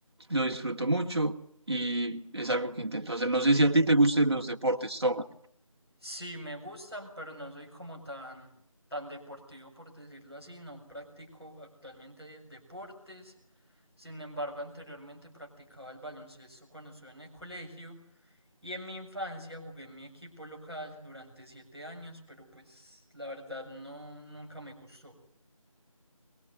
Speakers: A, on the right; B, in the centre.
A: lo disfruto mucho y es algo que intento hacer. No sé si a ti te gusten los deportes, Tomás.
B: Sí, me gustan, pero no soy como tan, tan deportivo, por decirlo así. No practico actualmente de- deportes. Sin embargo, anteriormente practicaba el baloncesto cuando estuve en el colegio y en mi infancia jugué en mi equipo local durante siete años, pero pues la verdad no, nunca me gustó.